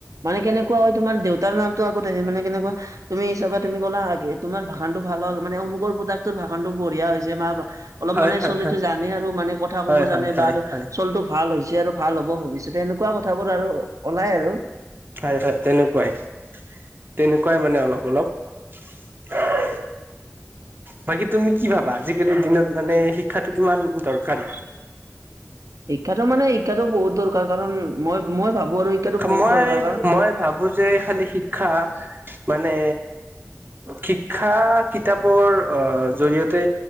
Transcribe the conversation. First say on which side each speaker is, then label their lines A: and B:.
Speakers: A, on the right; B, on the right.
A: মানে কেনেকুৱা হয় তোমাৰ দেউতাৰ নামটো আগত আহে মানে কেনেকুৱা তুমি হিচাপে তুমি কলা তোমাৰ ভাষনটো ভাল হ'ল মানে অমুকৰ পুতেক ভাষনটো বঢ়িয়া হৈছে বা অলপ
B: হয়
A: মানে
B: হয়
A: ছোৱালীটো জানে আৰু মানে কথা ক'ব
B: হয় হয়
A: জানে
B: হয়
A: বা আৰু
B: হয় হয়
A: ছোৱালীটো ভাল হৈছে আৰু ভাল হ'ব ভৱিষ্যতে এনেকুৱা কথাবোৰ আৰু ওলাই আৰু।
B: হয় হয় তেনেকুৱাই, তেনেকুৱাই মানে অলপ অলপ। <inaudible> বাকী তুমি কি ভাবা? আজিকালিৰ দিনত মানে শিক্ষাটো কিমান দৰকাৰ?
A: শিক্ষাটো মানে শিক্ষাটো বহুত দৰকাৰ কাৰণ মই মই ভাবো আৰু শিক্ষাটো বহুত
B: মই
A: দৰকাৰ কাৰণ
B: মই ভাবো যে খালি শিক্ষা মানে শিক্ষা কিতাপৰ আহ জৰিয়তে